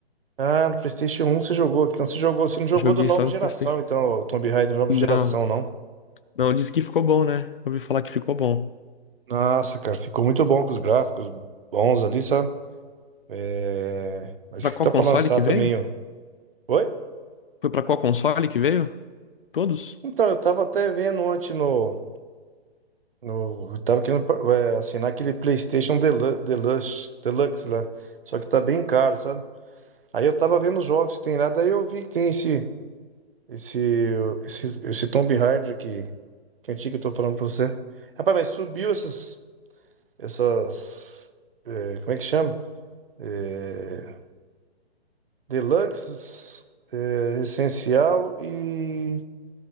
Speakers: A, on the right; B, on the left.
A: ah, no PlayStation 1 você jogou. Então você jogou, você não jogou
B: Joguei
A: da nova
B: só
A: geração,
B: no PlayStation.
A: então, o Tomb Raider da nova
B: um.
A: geração,
B: não
A: não.
B: Não, disse que ficou bom, né? Ouvi falar que ficou bom.
A: Nossa, cara, ficou muito bom com os gráficos bons ali, sabe? É, mas
B: Pra
A: que
B: qual
A: tá
B: console
A: pra lançar
B: que
A: também,
B: veio?
A: ó. Oi?
B: Foi pra qual console que veio? Todos?
A: Então, eu tava até vendo ontem no. no eu tava querendo é, assinar aquele PlayStation Delu- Deluxe, Deluxe lá. Só que tá bem caro, sabe? Aí eu tava vendo os jogos que tem lá, daí eu vi que tem esse. Esse. Esse, esse Tomb Raider que. Que é antigo eu tô falando pra você. Rapaz, mas subiu esses. Essas. é, como é que chama? É, Deluxe, é, Essencial e.